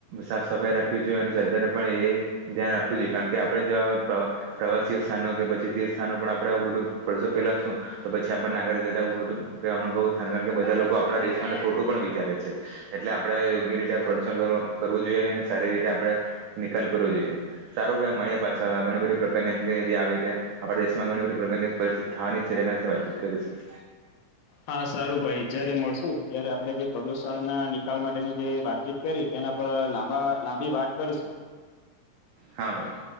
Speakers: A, on the right; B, on the left.
A: સાફ સફાઈ રાખવી જોઈએ અને સરકારે પણ એ ધ્યાન રાખવું જોઈએ કારણ કે આપણે જો પ્રવાસીઓ સ્થાનો કે પછી તે સ્થાનો પણ આપણેે આવ બધું પરરસો ફેલાવશું તો પછી આપણને નાગર જતા એવ બધું કે અનુભવ થ કારણ કે બધા લોકો આપણા દેશ ને ખોટું પણ વિચારે છે એટલે આપડણે યોગ્ય રીતે પ્રદુષણ કરવું જોઈએ સારી રીતે આપણે નિકાલ કરવો જોઈએ સારું ભ મળીએ પાછા ઘણી બધી પ્રકારની એમ કે જે આવી ર્યા આપણા દેશમાં ઘણી બધી પ્રગતિની પરિસ્થિતિ થા જ છે એના વાતીત કરીશું
B: હા સારું ભાઈ જયારે મળશું ત્યારે આપણે જે પ્રદુષણ ના નિકાલ માટેની જે વાત ચી કરી તેના પર લાંબા લાંબી વાત કરીશું
A: હા ભાઈ